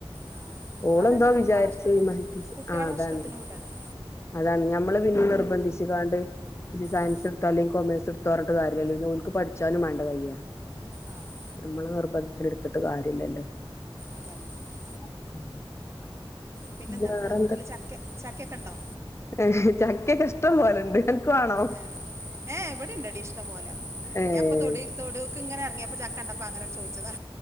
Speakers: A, on the right (about 30°); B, on the left (about 30°).
A: ആ
B: ഓളെന്തോ
A: അതന്നെ കുട്ടികളെ
B: വിചാര്ച്ച
A: ഇഷ്ടത്തിന്
B: ഹുമാൻറ്റീസ്
A: കുട്ടികളെ
B: ആഹ് അതാണ്.
A: ഇഷ്ടത്തിന് വിടണേ
B: അതാണ് ഞമ്മള് പിന്നെ നിർബന്ധിച്ച്ങ്ങാണ്ട് ജ്ജി സയൻസെട്ത്താേ
A: ആ
B: അല്ലെങ്കീ കൊമേഴ്സ്ടുത്തോറഞ്ഞിട്ട് കാര്യല്ലല്ലോ ഓല്ക്ക് പഠിച്ചാനും വേണ്ടേകയ്യാ
A: ആഹ്.
B: ഞമ്മള നിർബന്ധത്തിനെട്ത്തിട്ട് കാര്യല്ലല്ലോ?
A: അതന്നെ അതന്നെ.
B: <inaudible>
A: പിന്നെന്താ
B: പിന്നെ
A: ഇങ്ങളെ
B: വേറെ
A: വീട്ട്ല് ചക്ക ചക്കെക്കെണ്ടോ?
B: ഏഹ് ചക്കെക്കെ ഇഷ്ടം പോലണ്ട് അനക്ക് വാണോ?
A: ആഹ് ഏഹ് ഇവടെണ്ടെടി ഇഷ്ടം പോലെ
B: ഏഹ്
A: ഞാപ്പ തൊടീ തൊട്യോക്ക്ങ്ങനെ എറങ്ങിയപ്പ ചക്കണ്ടപ്പങ്ങനാട് ചോയിച്ചതാ